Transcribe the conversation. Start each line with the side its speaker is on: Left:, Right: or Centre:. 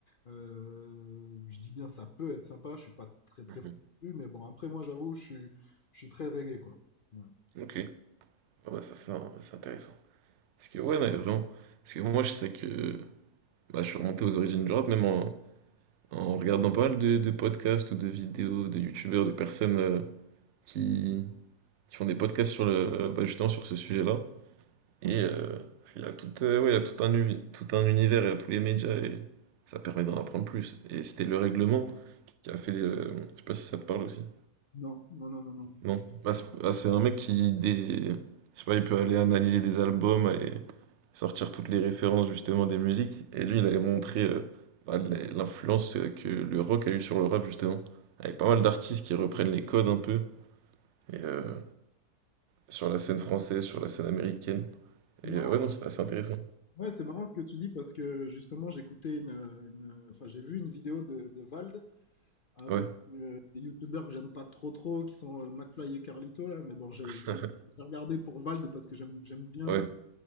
Left: Euh, je dis bien ça peut être sympa, je suis pas très très
Right: Mhm.
Left: fou non plus, mais bon, après, moi, j'avoue, je suis, je suis très reggae, quoi. Ouais.
Right: Ok, Ah bah ça c'est un- c'est intéressant. Parce que ouais, ouais, vraiment, parce que moi je sais que bah, je suis remonté aux origines du rap, même en, en regardant pas mal de, de podcasts ou de vidéos de youtubeurs, de personnes euh, qui, qui font des podcasts sur le, euh, bah, justement sur ce sujet-là. Et euh, il y a tout, euh, ouais, il y a tout un, uni- tout un univers, il y a tous les médias et ça permet d'en apprendre plus. Et c'était le règlement qui a fait. euh, je sais pas si ça te parle aussi.
Left: Non, non, non, non, non.
Right: Non. Bah, c'est bah, c'est un mec qui des... je sais pas, il peut aller analyser des albums, aller sortir toutes les références justement des musiques. Et lui, il avait montré euh, bah, l- l'influence euh, que le rock a eu sur le rap justement. Avec pas mal d'artistes qui reprennent les codes un peu. Et, euh, sur la scène française, sur la scène américaine.
Left: C'est
Right: Et
Left: marrant.
Right: euh, ouais, non, c'est assez intéressant.
Left: Ouais, c'est marrant ce que tu dis parce que justement, j'écoutais une, une- enfin, j'ai vu une vidéo de, de Vald avec
Right: Ouais,
Left: euh, des youtubeurs que j'aime pas trop trop, qui sont euh, McFly et Carlito là, mais bon, j'ai
Right: <laughs>
Left: j'ai- j'ai regardé pour Vald parce que j'aime j'aime bien
Right: ouais,
Left: Vald.